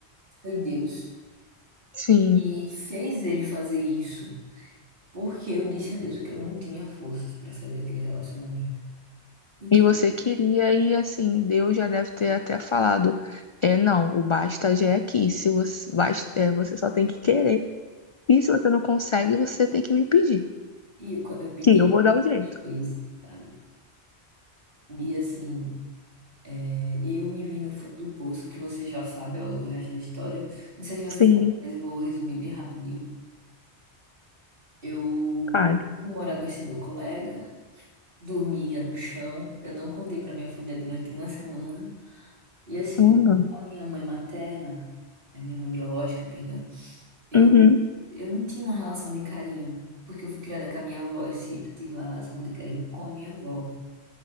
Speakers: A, on the right; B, on the left.
A: foi Deus
B: Sim.
A: e fez ele fazer isso, porque eu disse a Deus que eu não tinha forças para sair daquele relacionamento, entende?
B: E você queria, e assim, Deus já deve ter até falado: é, não, o basta já é aqui. Se você, basta, é, você só tem que querer. E se você não consegue, você tem que me pedir.
A: E quando eu pedi,
B: Que eu vou
A: Deus
B: dar o jeito.
A: fez, sabe? E assim, é, eu me vi no fundo do poço, que você já sabe é o do resto da história. Não sei se você
B: Sim,
A: sabe, mas eu vou resumir bem rapidinho. Eu
B: fale.
A: fui morar com esse meu colega. dormia no chão. Eu não contei para minha família durante uma semana. E assim,
B: Caramba.
A: a minha mãe materna, a minha mãe biológica, perdão, eu,
B: Uhum.
A: eu não tinha uma relação de carinho, porque eu fui criada com a minha avó e sempre tive uma relação de carinho com a minha avó.